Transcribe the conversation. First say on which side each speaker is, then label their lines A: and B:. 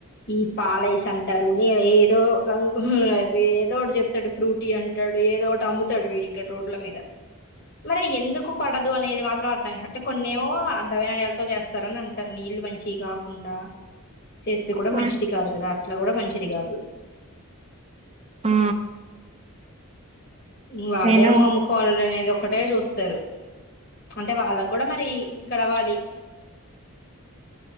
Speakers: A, on the left; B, on the right.
A: ఈ పాలైస్ అంటారు నీల ఏదో రంగు అవ్వి ఏదో ఒకటి చెప్తాడు ఫ్రూటీ అంటాడు ఏదో ఒకటి అమ్ముతాడు వీడిక్కడ రోడ్ల మీద మరె ఎందుకు పడదు అనేది మాత్రం అర్థం <unintelligible> కొన్నేమో అడ్డమైన నీళ్ళతో చేస్తారని అంటారు నీళ్లు మంచియి కాకుండా చేస్తే కూడా మంచిది
B: ఆ
A: కాదు కదా అట్లా కూడా మంచిది కాదు
B: ఆ!
A: ఇం వాళ్ళేమో
B: నేను
A: అమ్ముకో వాళ్నేదో ఒక్కటే చూస్తారు అంటే వాళ్ళక్ కూడా మరి గడవాలి